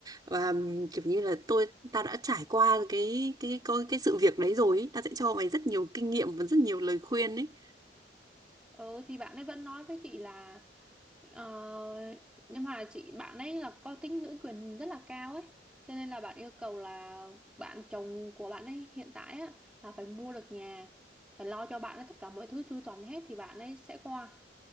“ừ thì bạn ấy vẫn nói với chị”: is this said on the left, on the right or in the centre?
Centre